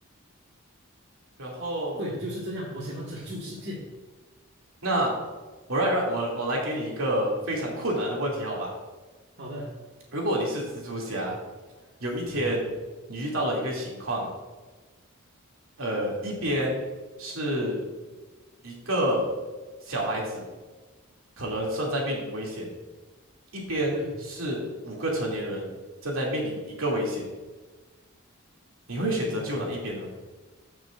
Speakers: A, on the right; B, on the right.
A: 然后
B: 对，就是这样，我想要拯救世界。
A: 那我让让我我来给你一个非常困难的问题，好吧？
B: 好的，
A: 如果你是蜘蛛侠，有一天你遇到了一个情况，
B: 好的，
A: 呃，一边是一个小孩子，可能正在面临危险；一边是五个成年人正在面临一个危险。
B: 对，
A: 你会选择救哪一边呢？
B: 哇，